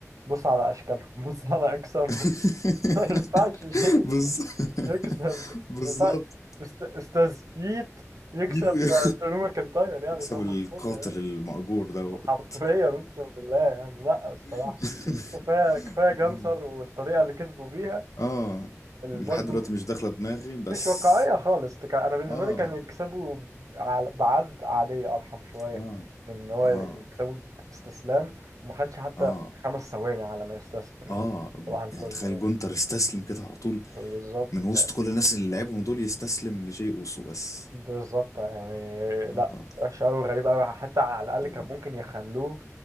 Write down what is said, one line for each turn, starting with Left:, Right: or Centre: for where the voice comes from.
Right: بص على اشكالهم <laughs> بص على اجسامهم
Left: <laughs>
Right: <laughs> ما ينفعش شيء
Left: بالظبط
Right: يكسب
Left: بالظبط
Right: ما ينفعش أست- استاذ ايت يكسب
Left: <laughs>
Right: درو ماكنتاير يعني
Left: يكسب
Right: صح
Left: القاتل
Right: الفل يعني.
Left: المأجور دوت
Right: حرفيا اقسم بالله يعني لا الصراحه
Left: <laughs>
Right: كفايه كفايه جانسر
Left: اه
Right: والطريقه اللي كسبوا بيها
Left: اه لحد
Right: برضه
Left: دلوقتي مش داخلة دماغي بس
Right: مش واقعيه خالص تك- انا بالنسبه
Left: اه
Right: لي كان يكسبوا ب- على- بعد عاديه ارحم شويه
Left: اه
Right: من ان هو
Left: اه
Right: يكسبوا استسلام وما خدش حتى
Left: اه
Right: خمس ثواني على ما يستسلم
Left: اه
Right: يعني
Left: جو-
Right: صباح الفل
Left: يعني تخيل جونتر استسلم كده على طول
Right: بالظبط
Left: من وسط كل الناس اللي لعبهم دول يستسلم لجي اوسو بس
Right: بالظبط يعني
Left: اه
Right: لا وحش قوي غريب قوي حتى على الاقل
Left: اه
Right: كان ممكن يخلوه